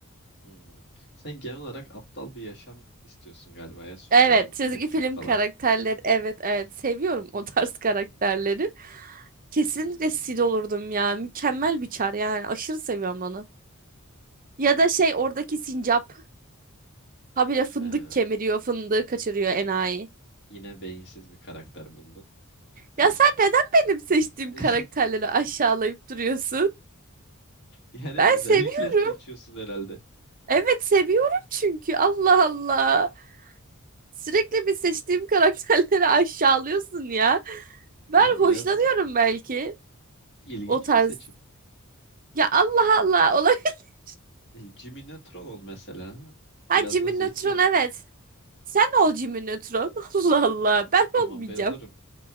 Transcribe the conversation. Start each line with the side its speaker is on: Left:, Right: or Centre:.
Left: Hmm. Sen genel olarak aptal bir yaşam istiyorsun galiba ya sünger
Right: Evet,
Left: bu
Right: çizgi
Left: petlik
Right: film
Left: falan.
Right: karakterleri. Evet, evet. Seviyorum o tarz karakterleri. Kesinlikle
Left: Hmm.
Right: Sid olurdum ya. Mükemmel bir çar yani. Aşırı seviyorum onu. Ya da şey oradaki sincap. Habire
Left: Ha.
Right: fındık kemiriyor, fındığı kaçırıyor enayi.
Left: Yine beyinsiz bir karakter buldun. Dur, Tamam.
Right: Ya sen neden benim seçtiğim
Left: <laughs>
Right: karakterleri aşağılayıp duruyorsun?
Left: Yani
Right: Ben
Left: özellikle
Right: seviyorum.
Left: seçiyorsun herhalde.
Right: Evet seviyorum çünkü Allah Allah. Sürekli bir seçtiğim <laughs> karakterleri aşağılıyorsun ya.
Left: Yani
Right: Ben
Left: biraz
Right: hoşlanıyorum belki
Left: ilginç
Right: o tarz.
Left: bir seçim.
Right: Ya Allah Allah olabilir. <laughs>
Left: E, Jimmy Neutron ol mesela.
Right: Ha
Left: Biraz
Right: Jimmy
Left: da zeki
Right: Neutron
Left: ol.
Right: evet. Sen ol Jimmy Neutron. <laughs> Allah Allah ben
Left: Tamam
Right: olmayacağım.
Left: ben olurum.